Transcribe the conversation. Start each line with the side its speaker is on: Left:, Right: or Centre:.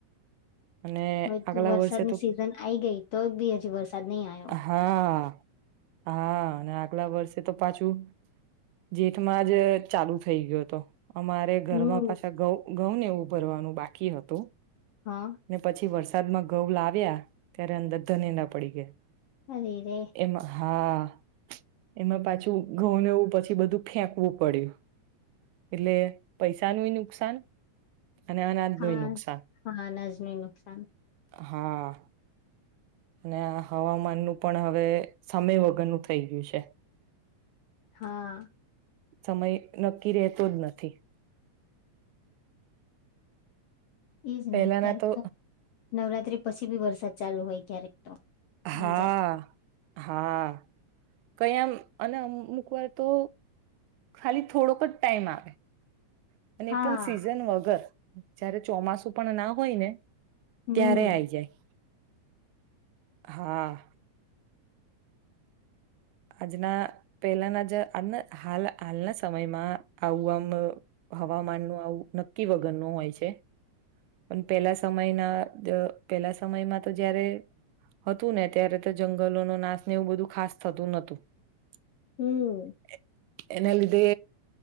Right: અને
Left: હવે
Right: આગલા
Left: તો વરસાદની
Right: વર્ષે તો
Left: સિઝન આઈ ગઈ તો બી હજી વરસાદ નહી આવે.
Right: હા હા અને આગલા વ તો પાછું જેઠમાં જ ચાલુ થઈ ગયો હતો. અમારે ઘરમાં
Left: હમ
Right: પાછા ગઉ. ઘઉં ને ઉપાડવાનું બાકી હતું.
Left: હા
Right: પછી વર્ષ. વસાદમાં ઘઉં લાવ્યા ત્યારે અંદર ધને ના પડી ગયા
Left: અરે રે.
Right: એમાં હા. એમાં પાછું ઘઉંનેવું પછી બધું ફેંકવું પડ્યું એટલે પૈસાનું નુકસાન. અને અનાજનુંય
Left: હા
Right: નુકસાન
Left: હા નજનું નુકસાન.
Right: હા. અને આ હવામાનનું પણ હવે સમય વગરનું થઈ ગયું છે.
Left: હા.
Right: સમય નક્કી રહેતો જ નથી.
Left: એજ
Right: પેલાના
Left: ને ક્યારેક
Right: તો
Left: નવરાત્રી પછી બી વરસાદ ચાલુ હોય ક્યારેક તો.
Right: હાં.
Left: આઈ જાય
Right: હા કયા અને અમુક વાર તો ખાલી થોડોક જ ટાઈમ આવે અને
Left: હા
Right: એ પણ સીઝન વગર. જયારે ચોમાસું પણ ના હોય ને
Left: હમ
Right: ત્યારે આઈ જાય. હાં. આજના પહેલાના જ આ હાલ હાલના સમયમાં આવું આમ હવામાનનું આવું નક્કી વગર ન હોય છે. પણ પેલા સમયના પેલા સમયમાં તો જયારે હતું ને ત્યારે તો જંગલોનો નાશને એવું બધું ખાસ થતું નતું. <unintelligible>
Left: હમ
Right: એના લીધ તે